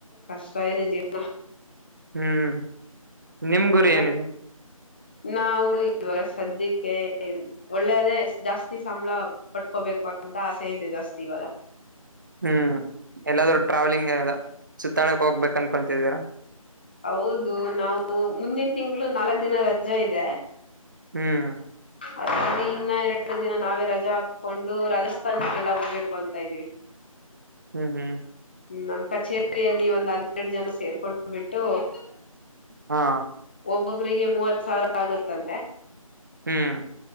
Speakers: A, on the left; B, on the right.
A: ಕಷ್ಟವನೆ ಜೀವನ
B: ಹ್ಮ್ ನಿಮ್ ಗುರಿ
A: ಮತ್
B: ಏನಿದೆ
A: ನಾವು ಇವಾಗ ಸದ್ಯಕ್ಕೆ ಒಳ್ಳೇದೇ ಜಾಸ್ತಿ ಸಂಬಳ ಪಟ್ಕೋಬೇಕು ಅಂತ ಆಸೆ ಇದೆ ಜಾಸ್ತಿ ಇವಾಗ
B: ಹ್ಮ್ ಎಲ್ಲಾದ್ರೂ ಟ್ರಾವೆಲಿಂಗ್ ಸುತ್ತಾಳಕ್ ಹೋಗ್ಬೇಕ ಅನ್ಕೊತಿದ್ದೀರ
A: ಹೌದು ನಾವು ಮುಂದಿನ ತಿಂಗಳು ನಾಲ್ಕ್ ದಿನ ರ ರಜಾ ಇದೆ
B: ಹ್ಮ್
A: ಅದಲ್ಲಿ ಇನ್ನ ಎರಡು ದಿನ ನಾವೇ ರಜಾ ಹಾಕೊಂಡು ರಾಜಸ್ಥಾನಿಗೆಲ್ಲ ಹೋಗ್ಬೇಕು ಅಂತ ಇದ್ದೀವಿ
B: ಹ್ಮ್ ಹ್ಮ್
A: ನಮ್ಮ್ ಕಚೇರಿಯಲ್ಲಿ ಒಂದ್ ಹನ್ನೆರಡು ಜನ ಸೇರ್ಕೊಂಡ್ ಬಿಟ್ಟು ಟ್ಟೋ
B: ಹಾ
A: ಒಬ್ಬೊಬಿಗೆ ಮೂವತ್ ಸಾವಿರ ಆಗತ್ತಂತೆ
B: ಹ್ಮ್